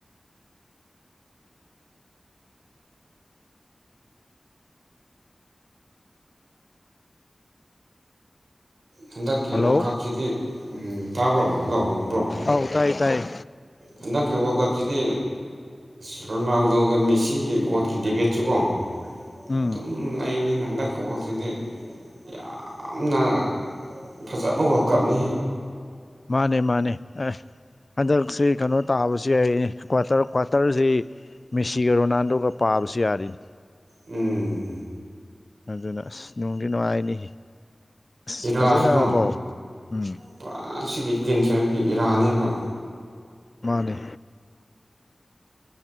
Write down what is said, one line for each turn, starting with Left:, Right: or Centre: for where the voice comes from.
Right: ꯍꯟꯗꯛꯀꯤ
Left: ꯍꯜꯂꯣ
Right: ꯋꯥꯀꯞꯁꯤꯗꯤ ꯇꯥꯕ꯭ꯔꯣ ꯍꯜꯂꯣꯕ꯭ꯔꯣ
Left: ꯑꯧ ꯇꯥꯏ ꯇꯥꯏ
Right: ꯍꯟꯗꯛꯀꯤ ꯋꯥꯔꯜ ꯀꯞꯁꯤꯗꯤ ꯑ ꯔꯣꯅꯥꯜꯗꯣꯒ ꯃꯤꯁꯤꯒꯤ ꯒꯣꯠꯀꯤ ꯗꯤꯕꯦꯠꯁꯨ ꯀꯣ
Left: ꯎꯝ
Right: ꯑꯗꯨꯝ ꯂꯩꯗꯅ ꯍꯟꯗꯛꯀꯁꯤꯗꯤ ꯌꯥꯝꯅ ꯐꯖꯕ ꯋꯔꯀꯞꯅꯤ
Left: ꯃꯥꯅꯦ ꯃꯥꯅꯦ ꯑ ꯍꯟꯗꯛꯁꯤ ꯀꯩꯅꯣ ꯇꯥꯕꯁꯨ ꯌꯥꯏ ꯀ꯭ꯇꯔ ꯀ꯭ꯋꯥꯇꯔꯁꯤ ꯃꯦꯁꯤꯒ ꯔꯣꯅꯥꯜꯗꯣꯒ ꯄꯥꯕꯁꯨ ꯌꯥꯔꯤꯅꯤ
Right: ꯎꯝ
Left: ꯑꯗꯨꯅ ꯑꯁ ꯅꯨꯡꯗꯤ ꯅꯨꯡꯉꯥꯏꯅꯤ ꯑꯁ
Right: ꯏꯔꯛꯑꯁꯤꯀꯣ
Left: ꯐꯖꯅꯀꯣ ꯎꯝ
Right: ꯄꯨꯔꯥ ꯁꯤꯗꯤ ꯀꯦꯟꯁ ꯍꯥꯏꯕꯒꯤ ꯏꯔꯕ
Left: ꯃꯥꯅꯦ